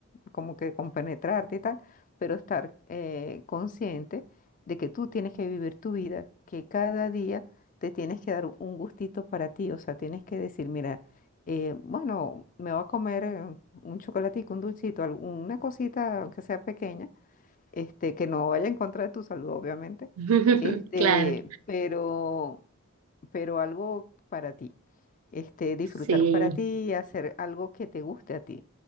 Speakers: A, on the left; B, on the right.
A: como que compenetrarte y tal pero estar eh, consciente de que tú tienes que vivir tu vida, que cada día te tienes que dar un gustito para ti, o sea, tienes que decir, mira, eh, bueno, me voy a comer eh, un chocolatico, un dulcito, al- una cosita, aunque sea pequeña, este, que no vaya en contra de tu salud, obviamente,
B: <laughs>
A: este,
B: Claro,
A: pero, pero algo para ti, este, disfrutar
B: sí.
A: para ti, hacer algo que te guste a ti.